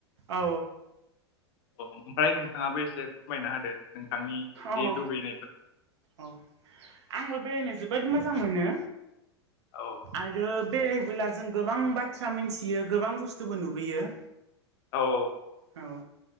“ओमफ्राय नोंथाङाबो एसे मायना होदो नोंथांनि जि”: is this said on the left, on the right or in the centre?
Left